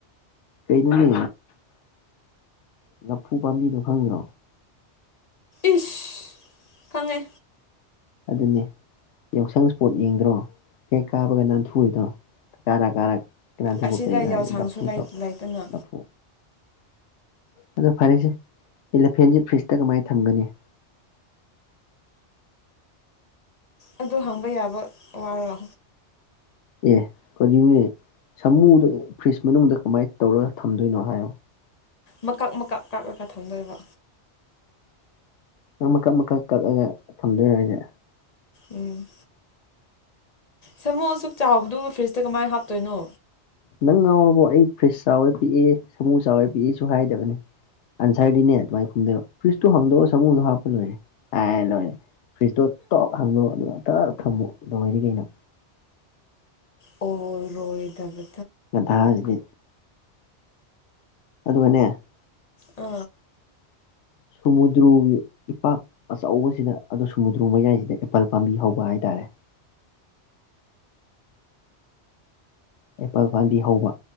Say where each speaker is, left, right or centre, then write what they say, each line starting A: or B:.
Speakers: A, on the left (about 80°); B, on the left (about 40°).
A: ꯀꯩꯅꯣꯅꯦ ꯂꯐꯨ ꯄꯥꯝꯕꯤꯗꯣ ꯈꯪꯗ꯭ꯔꯣ
B: ꯏꯁ ꯐꯪꯉꯦ
A: ꯑꯗꯨꯅꯦ ꯌꯥꯎꯁꯪ ꯏꯁꯄꯣꯠ ꯌꯦꯡꯗ꯭ꯔꯣ ꯍꯦꯛ ꯀꯥꯕꯒ ꯅꯥꯟꯊꯨꯔꯤꯗꯣ ꯀꯥꯔ ꯀꯥꯔ ꯀꯅꯥ ꯊꯣꯛꯀꯔꯤꯅꯣ
B: ꯑꯁꯤꯗ
A: ꯍꯥꯏꯗꯤ
B: ꯌꯥꯎꯁꯪꯁꯨ
A: ꯅꯐꯨ
B: ꯂꯩꯇꯅ
A: ꯅꯐꯨ ꯑꯗꯣ ꯐꯔꯦꯁꯦ ꯏꯂꯐꯦꯟꯁꯦ ꯐ꯭ꯔꯤꯖꯇ ꯀꯃꯥꯏꯅ ꯊꯝꯒꯅꯤ <inaudible>
B: ꯑꯗꯨ ꯍꯪꯕ ꯌꯥꯕ ꯋꯥꯔꯣ
A: ꯑꯦ ꯑꯣꯏꯝꯅꯦ ꯁꯥꯃꯨꯗꯨꯣ ꯐ꯭ꯔꯤꯖ ꯃꯅꯨꯡꯗ ꯀꯃꯥꯏꯅ ꯇꯧꯔꯒ ꯊꯝꯗꯣꯏꯅꯣ ꯍꯥꯏꯌꯣ
B: ꯃꯀꯛ ꯃꯀꯛ ꯀꯥꯛꯂꯒ ꯊꯝꯗꯣꯏꯕ
A: ꯅꯪ ꯃꯀꯛ ꯃꯀꯛ ꯀꯛꯂꯒ ꯊꯝꯗꯣꯏꯔꯣꯁ
B: ꯎꯝ ꯁꯃꯣ ꯑꯁꯨꯛ ꯆꯥꯎꯕꯗꯨ ꯐ꯭ꯔꯤꯖꯇ ꯀꯃꯥꯏꯅ ꯍꯥꯞꯇꯣꯏꯅꯣ
A: ꯅꯪ ꯉꯥꯎꯔꯕꯣ ꯑꯩ ꯐ꯭ꯔꯤꯖ ꯆꯥꯎꯕꯦ ꯄꯤꯛꯑꯦ ꯁꯃꯨ ꯆꯥꯎꯋꯦ ꯄꯤꯛꯑꯦꯁꯨ ꯍꯥꯏꯗꯕꯅꯦ ꯑꯟꯁꯔꯗꯤꯅꯦ ꯑꯗꯨꯃꯥꯏꯅ ꯈꯨꯝꯗꯣ ꯐ꯭ꯔꯤꯁꯇꯨ ꯍꯥꯡꯗꯣꯛꯑꯣ ꯁꯃꯨꯗꯣ ꯍꯥꯞꯄ ꯂꯣꯏꯔꯦ ꯑꯦ ꯂꯣꯏꯔꯦ ꯐ꯭ꯔꯤꯖꯇꯣ ꯇꯞ ꯍꯥꯡꯗꯣꯑꯣ ꯑꯗꯨꯒ ꯑꯇ ꯊꯝꯃꯣ ꯑꯗꯨ ꯑꯣꯏꯗꯤ ꯀꯩꯅꯣ
B: ꯑꯣ ꯔꯣꯏꯣꯏꯗꯕ
A: ꯗꯥꯖꯗꯤ ꯑꯗꯨꯗ ꯃꯅꯦꯦ
B: ꯎ
A: ꯁꯨꯃꯨꯗ꯭ꯔꯨꯒꯤ ꯏꯄꯥꯛ ꯑꯆꯧꯕꯁꯤꯗ ꯑꯣ ꯁꯨꯃꯨꯗ꯭ꯔꯨ ꯃꯌꯥꯏꯁꯤꯗ ꯑꯦꯄꯜ ꯄꯥꯝꯕꯤ ꯍꯧꯕ ꯍꯥꯏꯇꯥꯔꯦ <inaudible> ꯑꯦꯄꯥꯜ ꯄꯥꯝꯕꯤ ꯍꯧꯕ